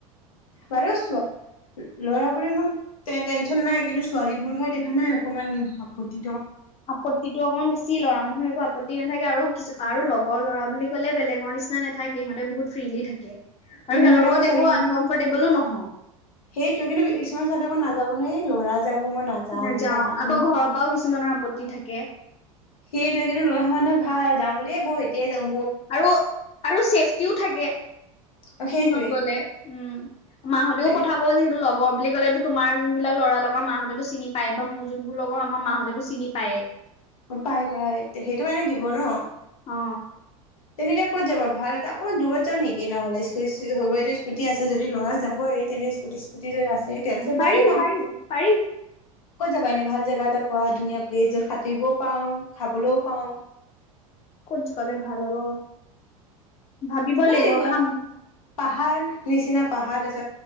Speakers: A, on the left; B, on the left.
A: বাৰু চোৱা লৰাবোৰৰ ইমান টে-টেনশচন নাই কিন্তু ছোৱালীবোৰ হে দেখা নাই অকমান আপত্তি।
B: আপত্তিটো অকণমান বেছি লৰা মানুহ একো আপত্তি নাই। থাকে আৰু কি আৰু লগৰ ল'ৰা বুলি কলে বেলেগৰ নিচিনা নাথাকে সিহঁতে বহুত ফ্ৰলি থাকে। আৰু
A: উম
B: সিহঁতৰ
A: কিন্তু
B: লগত
A: আকৌ ছোৱালী
B: একো
A: মানুহ
B: আনকমফৰ্টেবলো নহয়।
A: সেইটোৱে কিন্তু কিছুমান ছোৱালী নাযাব ন এই ল'ৰা যাব মই
B: নাযাও
A: দিয়া
B: আকৌ
A: উম
B: ঘৰৰ পৰাও কিছুমানৰ আপত্তি থাকে।
A: সেইটোৱে কিন্তু ল'ৰা মানুহ ভাল যাওঁ বুলিয়ে বৌ এতিয়াই যাম।
B: আৰু আৰু চছেফটিও থাকে সিহঁত
A: অ সেইটোৱে
B: গ'লে উম মাহঁতেও
A: তেনেকে
B: পঠাব যিহেতু লগ লগৰ বুলি ক'লে তোমাৰ যোনবিলাক লৰা লগৰ মাহঁতেতো চিনি পায় বা মোৰ যোনবোৰ লগৰ আমাৰ মাহঁতেতো চিনি পায়েই।
A: অ' পাই পাই সেইটো কাৰণে দিব ন।
B: অ অ
A: তেনেতে এতিয়া ক'ত যাব ভাল এটা অকণমন দূৰত যাওঁ নেকি নহলে। স্কুটি হভৈ স্কুটি আছে যদি'লৰা যাবই তেনে স্কুটি স্কুটি আছেই তেল চেল
B: পাৰি
A: ভৰাই দিম আৰু
B: পাৰি পাৰি
A: কত যাবা এনে ভাল জাগা এটা কোৱা ধুনীয়া প্লেছ যত সাঁতুৰিবও পাওঁ, খাবলৈও পাওঁ।
B: কত গলে ভাল হ'ব। ভাবিব
A: মানে
B: লাগিব,
A: এনেকুৱা
B: ৰ খাম।
A: পাহাৰ নিচিনা পাহাৰ আছে